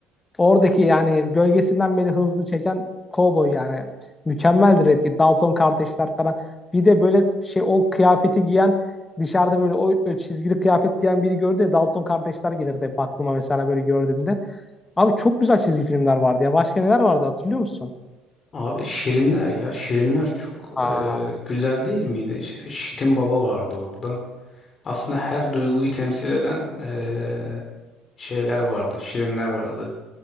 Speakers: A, on the left; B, on the left.
A: Oradaki yani gölgesinden beni hızlı çeken Cowboy yani. Mükemmeldir etki. Dalton kardeşler falan. Bir de böyle şey o kıyafeti giyen dışarıda böyle o o çizgili kıyafet giyen biri gördü ya Dalton kardeşler gelirdi hep aklıma mesela böyle gördüğümde. Abi çok güzel çizgi filmler vardı ya. Başka neler vardı hatırlıyor musun?
B: abi Şirinler ya Şirinler çok
A: Aa,
B: e, güzel değil miydi? Ş- Şirin Baba vardı orada. Aslında her duyguyu temsil eden e, şeyler vardı. Şirinler vardı.